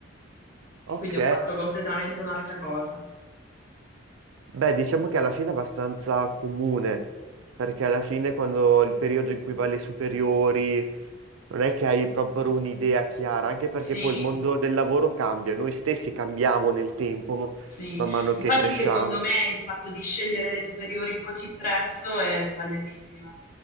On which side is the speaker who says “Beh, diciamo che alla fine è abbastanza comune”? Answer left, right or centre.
Right